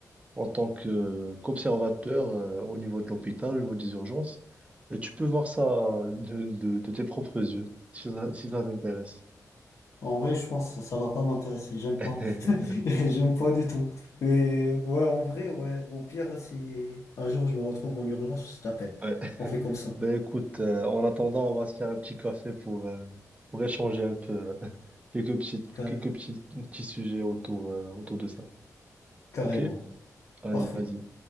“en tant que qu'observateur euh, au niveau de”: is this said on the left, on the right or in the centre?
Right